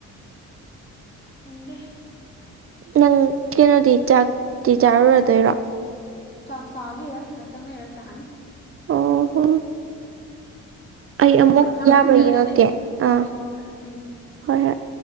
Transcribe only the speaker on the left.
ꯑꯣꯗ
ꯆꯥꯛ ꯆꯥꯈꯤꯔꯣꯏ ꯉꯥꯛꯇꯪ ꯂꯩꯔ ꯆꯥꯅꯤ
ꯍꯣꯏ ꯊꯝꯃꯁꯦ
ꯑꯗꯨꯗꯤ
ꯍꯣꯏ ꯍꯣꯏ ꯎꯝ